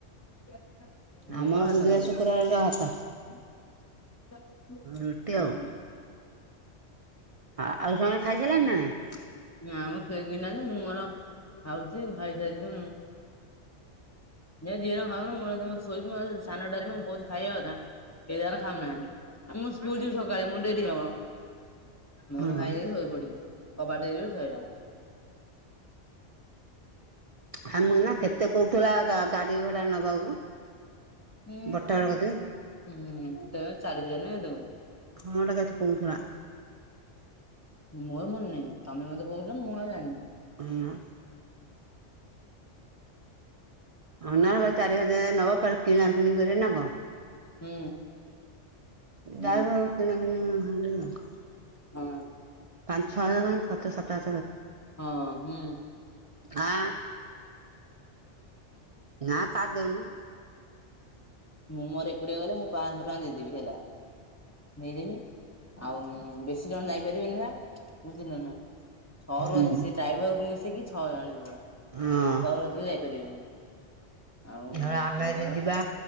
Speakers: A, on the left; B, on the right.
A: ।
B: ଆମର
A: ମୋର ଭାତଖା
B: ବୁଧବାର
A: ଇଦେବି
B: ଶୁକ୍ରବାରରେ
A: ।
B: ଭାତ
A: <unintelligible> ହୁଁ <unintelligible>
B: ରୁଟି ଆଉ ଆଉ ସମସ୍ତେ ଖାଇସିଲଣି ନା ନାଇଁ?
A: ନାମ କେହି ଖାଇ ନାହାନ୍ତି ମୁଁ ମୋର ଖାଉଛି ଖାଇସାରିକି ଯିଏ ଖାଉନ ମନ ମେ ଶିବି <unintelligible> ସାନ ଡରି ମୁଁ କହୁଛି ଖାଇବା କଥା ଏ ଦାର ଖାଉ ନାହାନ୍ତି। ମୁଁ ସ୍କୁଲ ଯିବି ସକାଳେ ମୁଁ ଡେରି ହବ ମୋନ
B: ହଁ
A: ଭାଇ ଯାଇ ଶୋଇପଡିବି କବାଟ। ଦେଇିବି ଶଇଲା।
B: ହମ ନା କେତେ କହୁଥିଲା ଗାଡି ଭଡା ନବାକୁ?
A: ହୁଁ।
B: ବଟାବେଳ ଗଦ।
A: ହୁଁ ତେ ଚାରି ହଜଣ ହେଦବ।
B: ହଁ ଗୋଟା କେତେ କହୁଥିଲା
A: ମୋର ମନେ ନହିଁ ତମେ ମତେ କହୁଛ ମୁଁ ଆଉ ଜାଣିନି?
B: ଆଁ। ହ ନା ଚାରି ହଜାର ନବା ଫ କିଣା ଆ କିଣି କରିିବ ନା କଣ।
A: ହୁଁ। ହୁଁ
B: ଯାାଇ କିଣି ହେ <unintelligible>
A: ହଁ
B: ପାଞ୍ଚ ଛଅ ହଜାର ମାନ ଖର୍ଚ ସଫ।
A: ହଁ ହୁଁ।
B: ଆଁ। ନା କା ଦେଉନୁ।
A: ମୁଁ ମୋର ଏକୁଟିଆ ଗଲେ ମୁଁ ପାଞ୍ଚଶହ ଟଙ୍କା ଦେଇଦେବି ହେଲା। ନେଇଦେବି ଆଉ ବେଶୀ ଜଣ ଯାଇପାରିବେନି ବା ବୁଝିଲୁ ନା ଛଅରୁ
B: ହୁଁ
A: ଅଧ ସେ ଡ୍ରାଇଭର କୁ ମିଶିକି ଛଅ ଜଣ ଯିବ,
B: ହଁ।
A: ଛଅରୁ ଅଧିକି ଯାଇପାରିବେନି। ଆଉ
B: ଧ ଆମେ
A: ତମେ ତର
B: ଯଦି ଯିବା